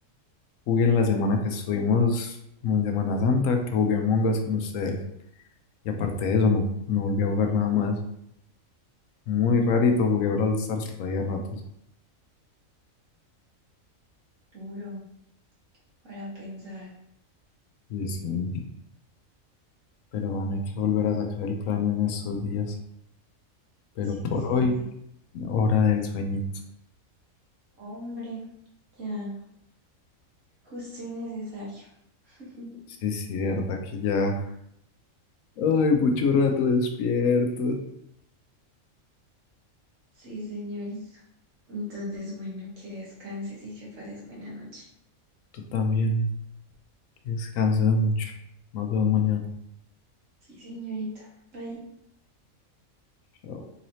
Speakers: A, on the left (about 75°); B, on the right (about 70°).
A: jugué en la semana que estuvimos, como en Semana Santa, que jugué a Us con ustedes. Y aparte de eso, no, no volví a jugar nada más. Muy rarito jugué a Brawl Stars por ahí a ratos.
B: Duro para pensar.
A: Sí, sí. Pero van, hay que volver a sacar el plan en estos días. Pero
B: Sí,
A: por
B: sí,
A: hoy,
B: sí.
A: hora del sueñito.
B: Hombre, ya. Justo y necesario. <laughs>
A: Sí, sí, de verdad que ya. Ay, mucho rato despierto.
B: Sí, señorito. Entonces, bueno, que descanses y que pases buena noche.
A: Tú también, que descanses mucho. Nos vemos mañana.
B: Sí, señorita. Bye.
A: Chao.